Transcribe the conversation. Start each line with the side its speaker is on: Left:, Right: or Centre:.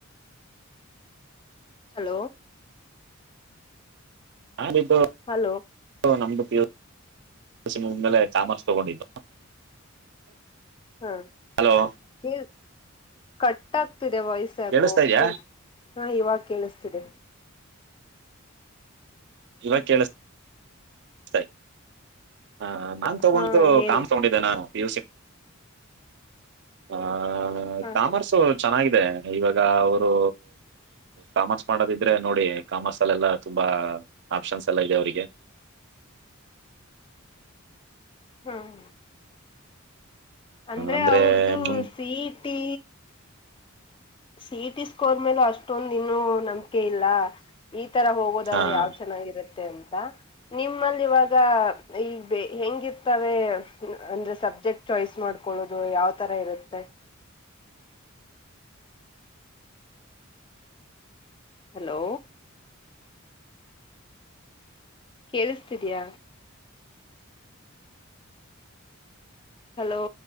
Left: ಹಲೋ
Right: ಹಾನಿದ್ದು
Left: ಹಲೋ
Right: ನಮ್ದು ಪಿಯುಸಿ ಮುಗುದ್ಮೇಲೆ ತಾಮರ್ಸ್ ತಗೊಂಡಿದ್ದು
Left: ಹಾ
Right: ಹಲೋ
Left: ಕೇಳ್ ಕಟ್ ಆಗ್ತಿದೆ ವಾಯ್ಸಾಕೊ
Right: ಕೇಳಿಸ್ತಾ ಇದ್ಯಾ
Left: ಕ ಹಾ ಇವಾಗ ಕೇಳಿಸ್ತೀದೆ
Right: ಇವಾಗ್ ಕೇಳ್ಸ್ ತೈ ಹ ಹ ನಾನ್ ತಗೊಂಡ್ದು
Left: ಹಾ ಹೇಳಿ
Right: ಕಾಮ್ ತಗೊಂಡಿದ್ದೆ ನಾನು ಪುಯುಸಿ ಆ
Left: ಹಾ
Right: ಕಾಮರ್ಸು
Left: ಹಾ
Right: ಚೆನ್ನಾಗಿದೆ ಇವಾಗ ಅವ್ರು ಕಾಮರ್ಸ್ ಮಾಡೋದಿದ್ರೆ ನೋಡಿ ಕಾಮರ್ಸ್ ಅಲ್ಲೆಲ್ಲಾ ತುಂಬಾ ಆಪ್ಷನ್ಸ್ ಎಲ್ಲಾ ಇದೆ ಅವ್ರಿಗೆ
Left: ಹ ಹ ಅಂದ್ರೆ
Right: ಅಂದರೆ
Left: ಅವ್ರದೂ
Right: ಮುನ್
Left: CET C E T score ಮೇಲೆ ಅಷ್ಟೊಂದ್ ಇನ್ನೂ ನಂಬಿಕೆ ಇಲ್ಲ ಈ ತರ ಹೋಗೋದಾದ್ರೆ
Right: ಹಾಂ
Left: ಯಾವ್ ಚೆನ್ನಾಗಿರುತ್ತೆ ಅಂತ ನಿಮ್ಮಲ್ಲಿ ಇವಾಗ ಈಗ್ಬೆ ಹೆಂಗಿರ್ತವೆ ಅಂದ್ರೆ ಸಬ್ಜೆಕ್ಟ್ ಚಯ್ಸ್ ಮಾಡ್ಕೊಳ್ಳೋದು ಯಾವ್ ತರ ಇರುತ್ತೆ ಹಲೋ ಕೇಳಿಸ್ತಿದಿಯ ಹಲೋ